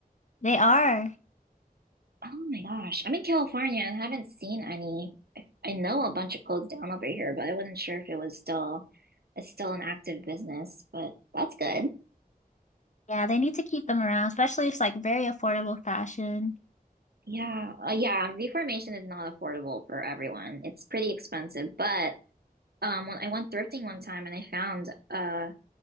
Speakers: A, on the left (about 50°); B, on the right (about 80°).
A: They are.
B: Oh my gosh. I'm in California and haven't seen any. I, I know a bunch of closed down over here, but I wasn't sure if it was still it's still an active business, but that's good.
A: Yeah, they need to keep them around, especially if it's like very affordable fashion.
B: Yeah. Uh, yeah, reformation is not affordable for everyone. It's pretty expensive, but um when I went thrifting one time and I found a